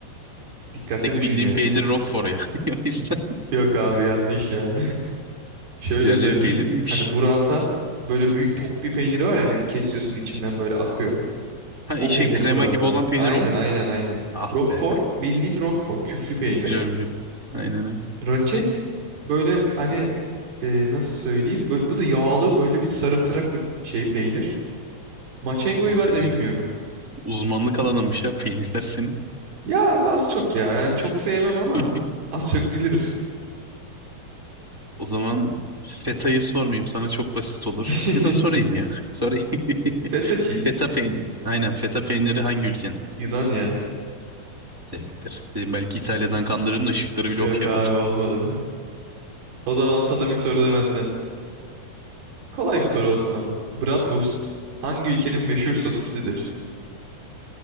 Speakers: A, on the right; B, on the right.
A: Dikkatli
B: Tek
A: düşün
B: bildiğim
A: yani.
B: peynir Roquefort ya. <laughs> O yüzden
A: Yok abi yanlış ya. <laughs> Şöyle
B: diğerleri
A: söyleyeyim.
B: peynir miymiş?
A: Hani burrata böyle büyük top bir peyniri var yani kesiyorsun içinden böyle akıyor.
B: Ha
A: O
B: işe
A: peynir
B: krema
A: burrata.
B: gibi olan peynir
A: Aynen
B: o mu?
A: aynen aynen.
B: Ah
A: Roquefort
B: be.
A: bildiğin roquefort küflü peynir.
B: Biliyorum biliyorum. Aynen aynen.
A: Raçet böyle hani e, nasıl söyleyeyim? Bö- bu da yağlı böyle bir sarımtırak bir şey peynir. Maçengo'yu
B: Abi
A: ben
B: senin
A: de bilmiyorum.
B: uzmanlık alanınmış ya peynirler senin.
A: Ya abi az çok ya. Yani çok sevmem
B: <laughs>
A: ama az çok bilirim.
B: O zaman feta'yı sormayayım sana çok basit olur.
A: <laughs>
B: Ya da sorayım ya. <laughs> Sorayım.
A: Feta
B: <laughs>
A: cheese.
B: Feta peyniri. Aynen feta peyniri hangi ülkenin?
A: Yunan ya.
B: Tebrikler. Dedim belki İtalya'dan kandırırım da şıkları bile
A: Yok
B: okuyamadım.
A: abi olmadı. O zaman sana bir soru da benden. Kolay bir soru olsun ama. Bratwurst hangi ülkenin meşhur sosisidir?